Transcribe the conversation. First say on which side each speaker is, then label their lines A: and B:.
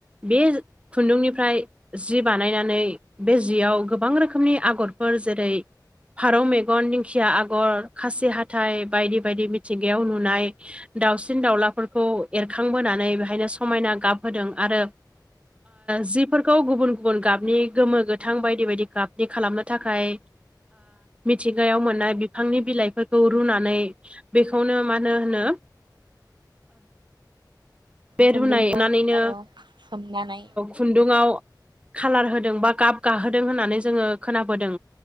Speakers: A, on the right (about 15°); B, on the right (about 85°).
A: बे खुन्दुंनिफ्राय जि बानायनानै बे जियाव गोबां रोखोमनि आगरफोर जेरै फारौ मेगन दिंखिया आगर खासि हाथाइ बायदि बायदि मिथिंगायाव नुनाय दाउसिन दाउलाफोरखौ एरखांबोनानै बेहायनो समायना गाबहोदों आरो जिफोरखौ गुबुन गुबुन गाबनि गोमो गोथां बायदि बायदि गाबनि खालामनो थाखाय मिथिंगायाव मोननाय बिफांनि बिलाइफोरखौ रुनानै बेखौनो मानो होनो बे
B: खुन्दुंखौ
A: रुनायनानैनो
B: औ सोमनानै
A: खुन्दुआव खालार होदों बा गाब गाहोदों होननानै जोंङो खोनाबोदों।